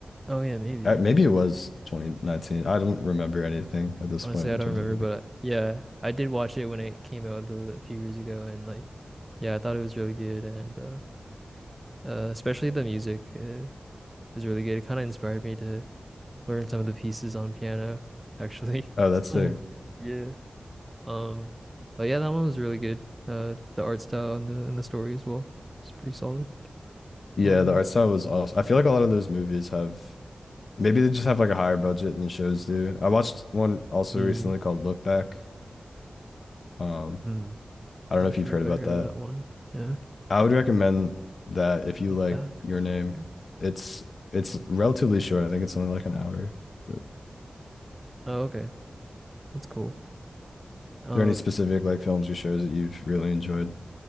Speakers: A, on the right; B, on the left.
A: Oh yeah, maybe.
B: I, maybe it was 2019. I don't remember anything at this
A: Honestly,
B: point
A: I
B: in
A: don't
B: terms
A: remember,
B: of like,
A: but uh, yeah, I did watch it when it came out the, a few years ago, and like, yeah, I thought it was really good, and uh, uh, especially the music uh, is really good. It kind of inspired me to learn some of the pieces on piano, actually. <laughs>
B: oh, that's
A: Mm.
B: the
A: Yeah. Um, but yeah, that one was really good. Uh, the art style and the and the story as well. It's pretty solid.
B: yeah,
A: Um,
B: the art style was awesome. I feel like a lot of those movies have. Maybe they just have like a higher budget than shows do. I watched one also
A: mm,
B: recently called Look Back. Um,
A: mm,
B: I don't
A: not
B: know if
A: sure
B: you've heard
A: if
B: about
A: I heard
B: that.
A: of that one. Yeah,
B: I would recommend that if you
A: look
B: like
A: back.
B: Your Name.
A: Okay.
B: It's it's relatively short. I think it's only like an hour. But are
A: Oh, okay, that's cool. Um,
B: there any specific like films or shows that you've really enjoyed?